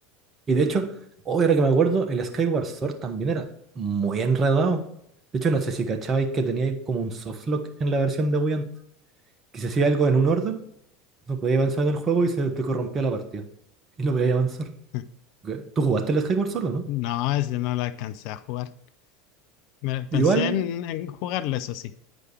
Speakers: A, on the right; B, on the left.
A: Y de hecho, hoy ahora que me acuerdo, el Skyward Sword también era muy enredado. De hecho, no sé si cachabais que tenía como un softlock en la versión de Wii antes, que si hacía algo en un orden, no podía avanzar en el juego y se te corrompía la partida. Y no podía avanzar.
B: <laughs>
A: ¿Qué? ¿Tú jugaste el Skyward Sword, o no?
B: No, ese no lo alcancé a jugar. Me- pensé
A: Igual,
B: en, en jugarlo, eso sí.